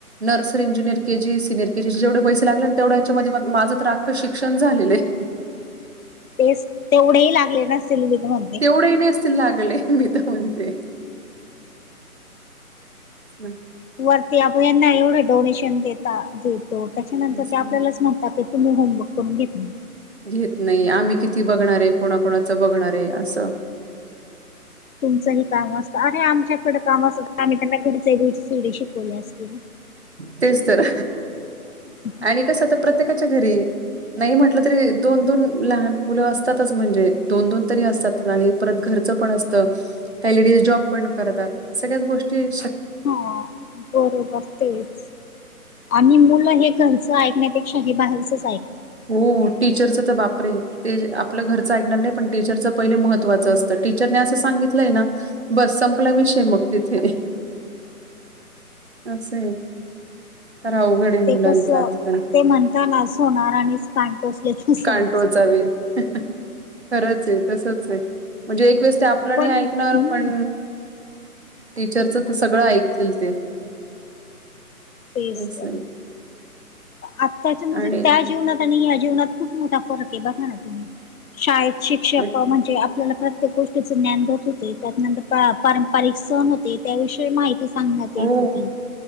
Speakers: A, on the right; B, on the left.
A: Nursery, junior K G, senior केजीचे जेवढे पैसे लागले तेवढ्याच्यामध्ये माझं तर आखं शिक्षण झालेलंय. <inaudible>
B: तेच तेवढे ही लागले नसतील <unintelligible>
A: थोडेही नेसतील लागले मी तर म्हणते हम्म,
B: वरती आप यांना एवढे डोनेशन देता देतो त्याच्यानंतर
A: तेच
B: ते आपल्यालाच
A: ना.
B: म्हणतात क तुम्ही होमवर्क करून घेत नाही.
A: घेत नाही आम्ही किती बघणार आहे. कोणाकणाचं बघणार आहे असं
B: तुमचंही काम असतं अरे आमच्याकडे काम असतं आम्ही त्यांना घरीचे वीड सिडी शिकवल्या असतील.
A: तेच तर.
B: ह्.
A: आणि कसं तर प्रत्येकाच्या घरी नाही म्हटलं तरी दोन दोन लहान मुलं असतातच म्हणजे दोन दोन तरी असतात. परत घरच पण असत का लेज जॉब पण करतात सळ्या गोष्टीक
B: हा बरोबर तेच. आणि मुलं हे घरचं ऐकण्यापेक्षा हे बाहेरचच ऐक.
A: हो टीचरच तर बापरे ते आपलं घरचं ऐकणार नाही पण टीचरच पहिले महत्त्वाचं असत. तर टीचरने असं सांगितलंय ना बस संपला विषय मग तिथे अस सं तर अवघड. आहे
B: ते
A: मुलांचा
B: कस
A: आजकाल
B: ते म्हणताना अस होणार आणिच पान टोचलेच समजत.
A: कानटोळचा वेल खरंच आहे तस म्हणजे एक वेळेस ते आपल्या
B: पण
A: नाही. ऐकणार
B: हम्म
A: पण टीचरचं तर सगळं ऐकतील ते.
B: तेजत.
A: अस आहे
B: आत्ताच्या म्हणजे
A: आणि
B: त्या जीवनात आणि ह जीवनात खूप मोठा फरक आहे. बघा ना तुम्ही शाळेत शिक्षक
A: बट
B: म्हणजे आपल्याला प्रत्येक गोष्टीच ज्ञान देत होते त्यानंतर पारंपरिक सण होते. त्याविषयी माहिती सांगण्यात
A: हो
B: येत होती,